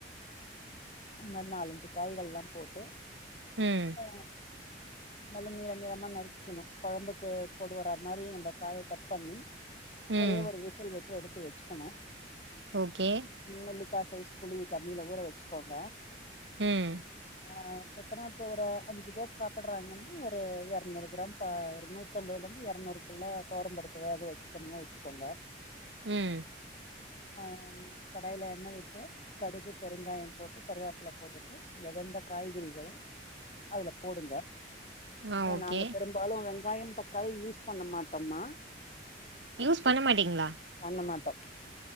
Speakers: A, on the left (about 40°); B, on the right (about 80°).
A: இந்த மாரி நாலஞ்சு காய்கல்லா போட்டு
B: ம்
A: ஆ நல்லா நீளநீளமா நறுக்கிக்கணு கொழம்புக்கு போடுற மாரி நம்ம காய கட் பண்ணி ஒரே
B: ம்
A: ஒரு விசில் விட்டு எடுத்து வச்சுக்கனு
B: ஓகே
A: நெல்லிக்கா சைஸ் புளி தண்ணியில ஊற வச்சுக்கோங்க
B: ம்
A: ஆ எத்தன பேரு அஞ்சு பேர் சாப்பிடுறாங்கன்னா ஒரு இருநூறு கிராம் ஒரு நூறு நூத்தம்பதுல இருந்து இருநூறுக்குள்ள துவரம்பருப்பு வேக வச்சு தனியா வச்சுக்கோங்க
B: உம்
A: ஆஹ் கடாயில எண்ண விட்டு கடுகு பெருங்காயோ போட்டு கருவாப்பில்ல போட்டுட்டு அந்த வெந்த காய்கறிகள அதுல போடுங்க
B: ஆ
A: ஏ
B: ஓகே
A: நாங்க பெரும்பாலு வெங்காயோ தக்காளி யூஸ் பண்ண மாட்டோமா
B: யூஸ் பண்ணமாட்டிங்ளா
A: பண்ண மாட்டோ